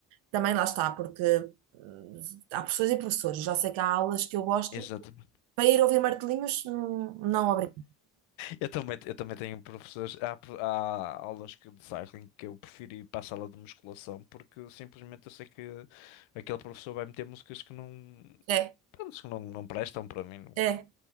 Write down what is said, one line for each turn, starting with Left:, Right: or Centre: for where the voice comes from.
Right: Também lá está, porque hum, há professores e professores, já sei que há aulas que eu gosto,
Left: Exatamente.
Right: para ir ouvir martelinhos, não, não obrigo.
Left: Eu também, eu também tenho professores. Há, pro- há aulas que, de cycling que eu prefiro ir para a sala de musculação porque simplesmente eu sei que aquele professor vai meter músicas que não,
Right: É,
Left: pronto, que não, não prestam para mim, não,
Right: é, é,